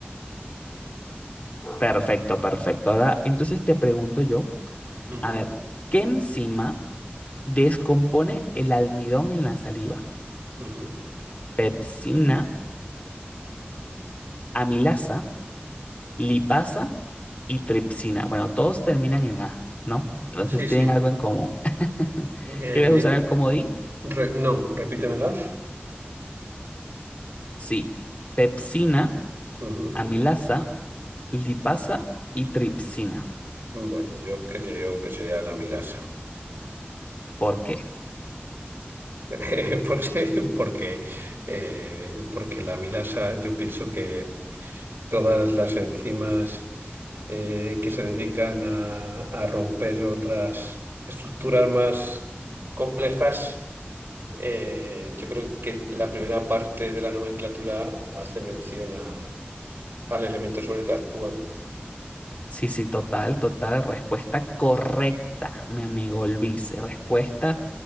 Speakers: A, on the left; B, on the right.
A: Perfecto, perfecto. Ahora, entonces te pregunto yo,
B: Ujú,
A: a ver, ¿qué enzima descompone el almidón en la saliva?
B: ujú.
A: Pepsina, amilasa, lipasa y tripsina. Bueno, todos terminan en A, ¿no? Entonces
B: Sí,
A: tienen
B: sí.
A: algo en común. <laughs>
B: Eh,
A: ¿Quieres
B: di-
A: usar el comodín?
B: re- no, repítemelas.
A: Sí. Pepsina,
B: Ujú.
A: amilasa lipasa y tripsina.
B: Bueno, yo creo que sería la milasa.
A: ¿Por qué?
B: <laughs> Por si- Porque, eh, porque la milasa, yo pienso que todas las enzimas eh, que se dedican a, a romper otras estructuras más complejas, eh, yo creo que la primera parte de la nomenclatura hace mención a- al elemento sobre el que actúan.
A: Sí, sí, total, total. Respuesta correcta, mi amigo Luis. Respuesta